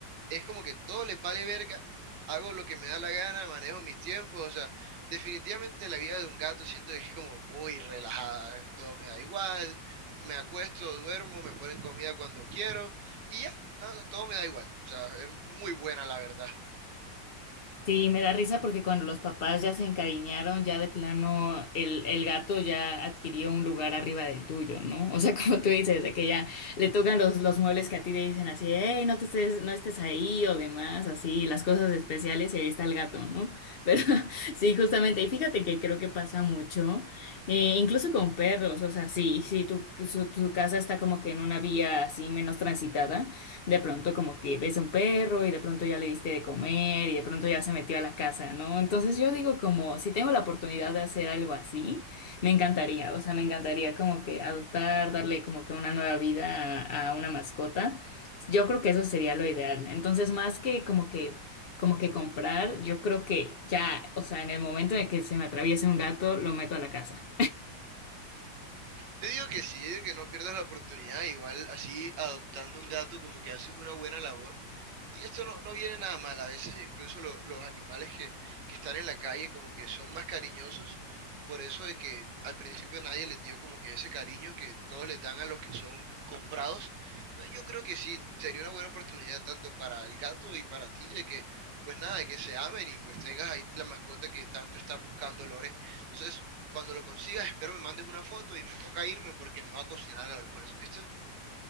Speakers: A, on the right; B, on the left.
A: es como que todo les vale verga, hago lo que me da la gana, manejo mis tiempos, o sea, definitivamente la vida de un gato siento que es como muy relajada, ¿eh? todo me da igual, me acuesto, duermo, me ponen comida cuando quiero y ya, no, todo me da igual, o sea, es muy buena la verdad.
B: Sí, me da risa porque cuando los papás ya se encariñaron, ya de plano el, el gato ya adquirió un lugar arriba del tuyo, ¿no? O sea, <laughs> como tú dices, de que ya le tocan los, los muebles que a ti te dicen así, hey, no te estés, no estés ahí o demás, así, las cosas especiales y ahí está el gato, ¿no? Pero <laughs> sí, justamente, y fíjate que creo que pasa mucho, eh, incluso con perros, o sea, sí, sí, tu, su, tu casa está como que en una vía así menos transitada de pronto como que ves a un perro y de pronto ya le diste de comer y de pronto ya se metió a la casa, ¿no? Entonces yo digo como si tengo la oportunidad de hacer algo así, me encantaría, o sea, me encantaría como que adoptar, darle como que una nueva vida a, a una mascota. Yo creo que eso sería lo ideal. Entonces, más que como que como que comprar, yo creo que ya, o sea, en el momento en el que se me atraviese un gato, lo meto a la casa.
A: Yo digo que sí, yo digo que no pierdas la oportunidad, igual así adoptando un gato como que haces una buena labor. Y esto no, no viene nada mal. A veces incluso lo- los animales que, que están en la calle como que son más cariñosos por eso de que al principio nadie les dio como que ese cariño que todos les dan a los que son comprados. No, Yo creo que sí, sería una buena oportunidad tanto para el gato y para ti de que, pues nada, de que se amen y pues tengas ahí la mascota que tanto estás buscando, Lore. Entonces, cuando lo consigas, espero me mandes una foto y me toca irme porque me va a cocinar el almuerzo, ¿viste?